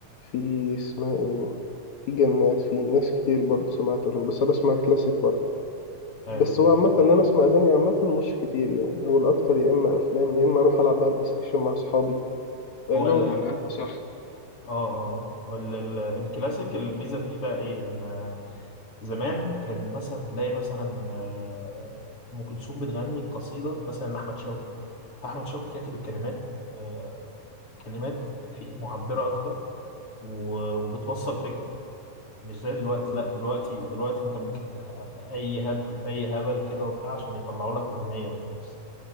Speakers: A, on the left; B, on the left.
A: في اسمها إيه في جنات في ناس كتير برضو سمعت لهم بس أنا بسمع كلاسيك برضو
B: أيوه
A: بس هو عامة إن أنا أسمع أغاني عامة مش كتير يعني هو الأكتر يا إما أفلام يا إما أروح ألعب بقى بلاي ستيشن مع أصحابي آه،
B: هو
A: نقعد
B: ال
A: على القهوة صح
B: آه آه ال- ال- الكلاسيك الميزة فيه بقى إيه إن زمان كان مثلا تلاقي مثلا آه، أم كلثوم بتغني قصيدة مثلا لأحمد شوقي أحمد شوقي كاتب الكلمات آه، كلمات في معبرة أكتر و- وبتوصل فكرة مش زي دلوقتي
A: مم،
B: لا دلوقتي دلوقتي انت ممكن تبقى اي هبد في اي هبل كده وبتاع عشان يطلعوا لك اغنيه وخلاص